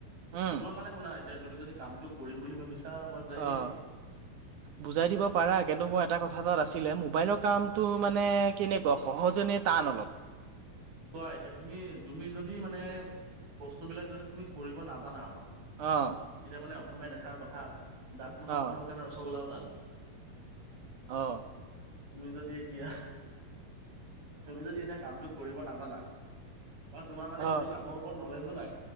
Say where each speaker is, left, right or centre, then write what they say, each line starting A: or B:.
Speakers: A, on the right; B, on the right.
A: উম,
B: তোমাক মানে শুনা এতিয়া তুমি যদি কামটো কৰিম বুলি ভাবিছা এতিয়া মই পূৰাই
A: অ',
B: দিম নেকি
A: বুজাই দিব পাৰা কিন্তু মই এটা কথা তাত আছিলে মোবাইলৰ কামতটো মানে কেনেকুৱা সহজ যেনে টান অলপ
B: চোৱা এতিয়া তুমি তুমি যদি মানে বস্তুবিলাক যদি তুমি কৰিব নাজানা
A: অ
B: এতিয়া মানে অসমীয়াত এষাৰ কথা আছে দাঁত নোহোৱা
A: অ',
B: মানুহৰ কাৰণে ৰসগোল্লাও টান
A: অ
B: তুমি যদি এতিয়া তুমি যদি এতিয়া কামটো কৰিব নাজানা বা তোমাৰ মানে
A: অ',
B: সেইটো কামৰ ওপৰত ন'লেজো নাই